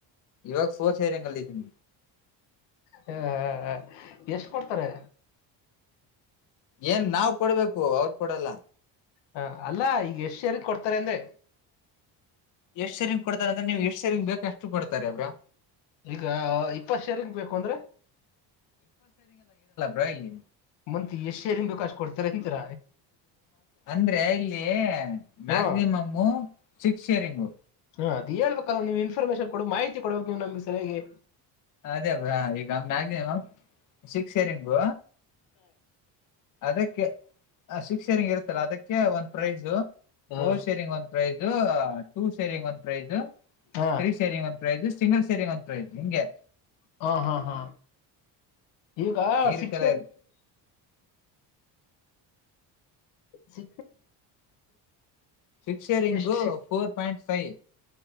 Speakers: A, on the left (about 45°); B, on the left (about 80°).
A: ಇವಾಗ ಫೋರ್ ಸೇರಂಗಲ್ಲಿ ಹ್ಮ
B: ಹ ಹಾ ಹ ಎಷ್ಟ ಕೊಡ್ತಾರೆ
A: ಏನ್ ನಾವ್ ಕೊಡ್ಬೇಕು ಅವ್ರ ಕೊಡಲ್ಲ
B: ಹ ಅಲ್ಲಾ ಈಗ ಎಷ್ಟ ಸರಿ ಕೊಡ್ತಾರೆ ಅಂದೆ
A: ಎಷ್ಟ್ ಸೇರಿನ್ ಕೊಡ್ತಾರೆ ಅಂದ್ರೆ ನೀವು್ ಎಷ್ಟ್ ಸೇರಿಂಗ ಬೇಕಕ್ ಅಷ್ಟು ಕೊಡ್ತಾರೆ ಅವ್ರಾ
B: ಈಗ ಇಪ್ಪತ್ ಶೇರ್ಂಗ ಬೇಕು ಅಂದ್ರೆ
A: ರಲಿ
B: ಮಂತತ್ ಎಷ್ಟು ಎಏನ್ ಬೇಕಾ ಅಷ್ಟ್ ಕೊಡ್ತಾರೆಂತರ
A: ಅಂದ್ರೆ ಇಲ್ಲಿ ಮ್ಯಾಕ್ಸಿಮಮು
B: ಹಾ
A: ಸಿಕ್ಸ್ ಇಯರಿಂಗು
B: ಹಾ ಅದ ಹೇಳ್ಬೇಕಲ್ಲ ನೀವವು ಇನ್ಫಾರ್ಮೇಶನ್ ಕೊ ಮಾಹಿತಿ ಕೊಡ್ಬೇಕು ನೀವ್ ನಮ್ಗೆ ಸರಿಯಗೆ
A: ಅದೇ ಬ್ರಾ ಈಗ ಮ್ಯಾಕ್ಸಿಮಮ್ ಸಿಕ್ಸ್ ರಿಂಗು ಅದಕ್ಕೆ ಆ ಶಿಕ್ಷನಗ ಇರುತ್ತ ಅದಕ್ಕೆ ಒಂದ್ ಪ್ರೈಜ
B: ಹಾ
A: ಓ ಸರಿಂಗ ಒಂದ ಪ್ರಾಯ ಟೂ ಸೇರಿಂಗ್ ಒಂದ್ ಪ್ರೈಜ
B: ಹಾ
A: ಸರಿ ಸರಿ ಮತ್ ರಿಸ ಸಿಂಗಲ್ ಸೇರಿಂಗ ಅಂತ ಹೇಳಯ್ು ಹಂಗೆ
B: ಹಾ ಹಾ ಹಾ ಈಗ
A: ಈ ರೀತಿ
B: ಶಿಕ್ಷ
A: ಎಲ್ಲ ಇರು
B: ಸಿ
A: ಫಿಕ್ಕ್ಷರಿಂಗು
B: ಎಷ್ಟು
A: four point five